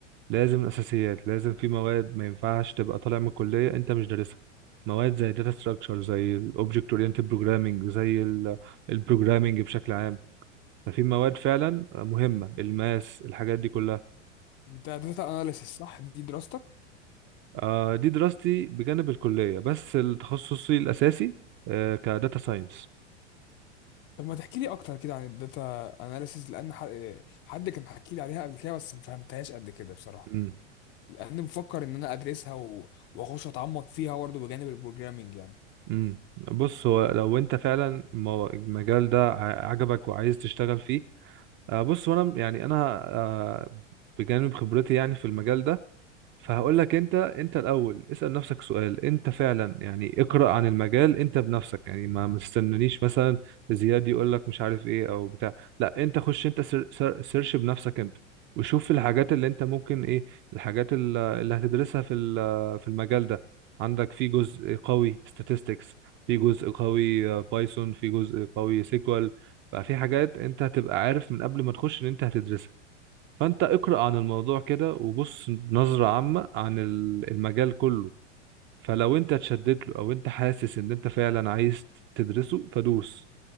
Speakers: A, on the right (about 30°); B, on the left (about 30°).
A: لازم الاساسيات لازم في مواد ما ينفعش تبقى طالع من الكلية انت مش دارسها مواد زي داتا ستراكشر زي الاوبجكت اورينتد بروجرامنج زي البروجرامنج بشكل عام ففي مواد فعلا مهمة الماس الحاجات دي كلها
B: داتا اناليسيس صح دي دراستك
A: آه، دي دراستي بجانب الكلية بس التخصصي الأساسي آه، كداتا ساينس
B: طب ما تحكي لي اكتر كده عن الداتا اناليسيس لان ح- حد كان حكي لي عليها قبل كده بس ما فهمتهاش قد كده بصراحة
A: امم
B: لان بفكر ان انا ادرسها و- واخش اتعمق فيها برضه بجانب البروجرامينج يعني
A: امم بص هو لو انت فعلا مو- المجال ده ع- عجبك وعايز تشتغل فيه آه، بص وانا يعني انا آه، بجانب خبرتي يعني في المجال ده فهقول لك انت انت الاول اسال نفسك سؤال انت فعلا يعني اقرا عن المجال انت بنفسك يعني ما ما تستنانيش مثلا زياد يقول لك مش عارف ايه او بتاع لا انت خش انت سر سر سيرش بنفسك انت وشوف الحاجات اللي انت ممكن ايه الحاجات ال- اللي هتدرسها في ال- في المجال ده عندك في جزء قوي statistics في جزء قوي بايثون في جزء قوي سيكوال بقى في حاجات انت هتبقى عارف من قبل ما تخش ان انت هتدرسها فانت اقرأ عن الموضوع كده وبص نظرة عامة عن ال- المجال كله فلو انت اتشدت له او انت حاسس ان انت فعلا عايز تدرسه فدوس